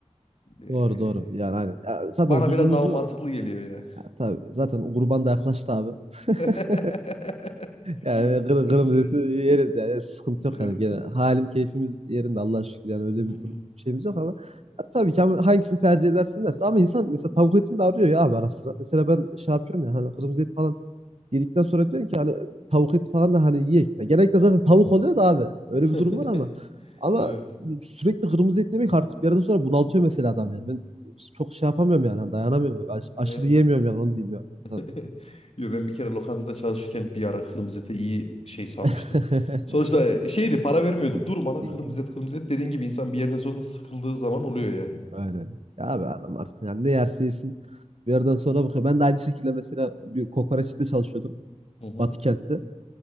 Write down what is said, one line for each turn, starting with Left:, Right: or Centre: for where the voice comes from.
Left: Ee,
Right: Doğru doğru. Yani aynen. Ya zaten
Left: bana
Right: kuzumuzu
Left: biraz daha o mantıklı geliyor ya.
Right: Ya tabii zaten kurban da yaklaştı abi. <laughs>
Left: <laughs>
Right: Yani kır,
Left: Doğru
Right: kırmızı
Left: söylüyorsun.
Right: eti yeriz yani sıkıntı yok
Left: Evet.
Right: yani gene halim keyfimiz yerinde Allah'a şükür yani öyle
Left: Hı
Right: bir
Left: hı.
Right: dur- şeyimiz yok ama ya tabii ki ama hangisini tercih edersin derse ama insan mesela tavuk etini de arıyor ya abi ara sıra. Mesela ben şey yapıyorum ya hani kırmızı et falan Yedikten sonra diyorsun ki hani tavuk eti falan da hani yiyek. Ya genellikle zaten tavuk oluyor da abi. Öyle
Left: <laughs>
Right: bir durum var ama. Ama
Left: Evet.
Right: sürekli kırmızı et yemek artık bir yerden sonra bunaltıyor mesela adam yani. Ben çok şey yapamıyorum yani hani dayanamıyorum. Aş- aşırı
Left: Yani.
Right: yiyemiyorum yani onu diyeyim yani. Sana.
Left: <laughs> Yo, ben bir kere lokantada çalışırken bir ara kırmızı ete iyi şey sanmıştım.
Right: <laughs>
Left: Sonuçta e, şeydi para vermiyorduk. Durmadan
Right: İyi.
Left: kırmızı et kırmızı et dediğin gibi insan bir yerden sonra da sıkıldığı zaman oluyor yani.
Right: Aynen. Ya abi adam artık yani ne yerse yesin. Bir yerden sonra bakıyor. Ben de aynı şekilde mesela bir kokoreçte çalışıyordum.
Left: Hı hı.
Right: Batı kentte.